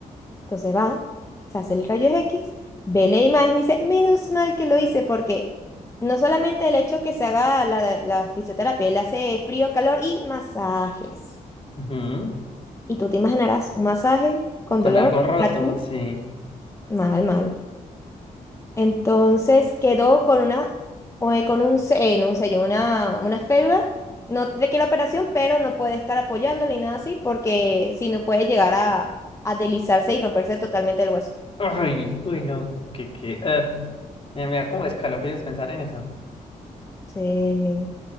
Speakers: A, on the left; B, on the left.
A: Entonces va, se hace el rayo X, ve la imagen y dice, menos mal que lo hice, porque no solamente el hecho que se haga la, la fisioterapia, él hace frío, calor y masajes.
B: Ujú.
A: Y tú te imaginarás un masaje con
B: Con
A: dolor,
B: algo roto,
A: fractura,
B: sí.
A: mal, mal. Entonces quedó con una, o, eh, con un, se- eh, no, un sello, una, una férula. No requiere operación, pero no puede estar apoyándole y nada así, porque si no puede llegar a, a deslizarse y romperse totalmente el hueso.
B: Uy, uy, no. Que, que. eh. Me me da como escalofríos pensar en eso.
A: Sí,